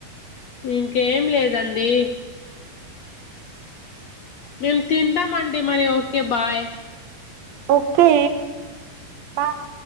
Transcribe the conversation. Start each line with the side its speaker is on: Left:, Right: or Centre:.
Left: ఇంకేం లేదండి మేము తింటామండి మరి ఓకే బాయ్
Right: ఓకే బా <inaudible>